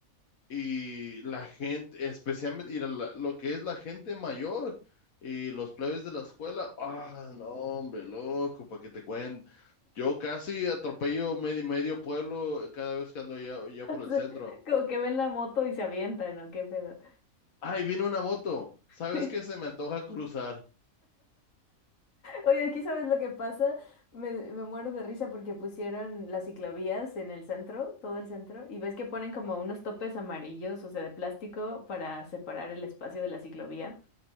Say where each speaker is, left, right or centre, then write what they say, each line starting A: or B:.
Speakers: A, on the left (about 80°); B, on the left (about 65°).
A: Y la gente, especialmente, y la- lo que es la gente mayor y los plebes de la escuela, ah, no, hombre, loco, para que te cuento. Yo casi atropello medio, medio pueblo cada vez que ando allá, allá
B: O
A: por
B: sea,
A: el centro.
B: como que ven la moto y se avientan, ¿o qué pedo?
A: Ay, vino una moto. ¿Sabes
B: <laughs>
A: qué? Se me antoja cruzar.
B: Oye, aquí sabes lo que pasa, me, me muero de risa porque pusieron las ciclovías en el centro, todo el centro, y ves que ponen como unos topes amarillos, o sea, de plástico para separar el espacio de la ciclovía.